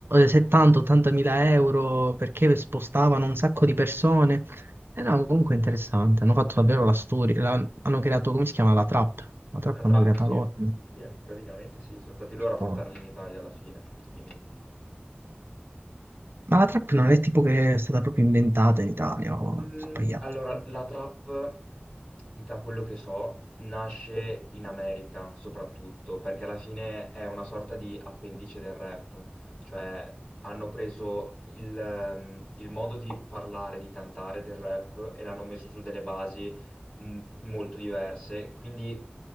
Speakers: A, on the right; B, on the left.
A: 70-80 mila euro perché spostavano un sacco di persone. E no, comunque interessante, hanno fatto davvero la storia, la- hanno creato, come si chiama, la trap, la trap
B: Tra- tra-
A: hanno creata
B: sì,
A: loro.
B: sì, praticamente sì. Sono stati loro
A: per
B: a portarli
A: poi.
B: in Italia alla fine. Quindi...
A: Ma la trap non è tipo che è stata proprio inventata in Italia, o
B: Mm,
A: è sbagliato.
B: Allora, la trap, da quello che so, nasce in America soprattutto, perché alla fine è una sorta di appendice del rap, cioè hanno preso il, ehm, il modo di parlare, di cantare del rap e l'hanno messo su delle basi mm, molto diverse, quindi